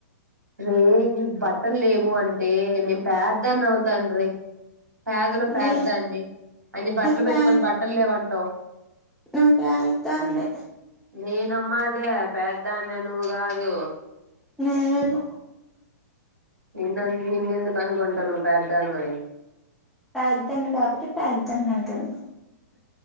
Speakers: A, on the right; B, in the centre.
A: రే నీకు బట్టలు లేవు అంటే నేను పేద్దన్ని అవుతాను రే పేదలో
B: నే
A: పేద దాన్ని అన్ని బట్టలు
B: నేను పే
A: పెట్టుకొని బట్టలు లేవంటావు
B: నేను పేదనే
A: నేనమ్మా అదే పెద్దాన్ని నువ్వు కాదు
B: నేను
A: నిన్న నిన్నె ఎందుకు అనుకుంటాను పెదను అని
B: పేద్దాన్ని కాబట్టి పేద్దధన్ అంటుంది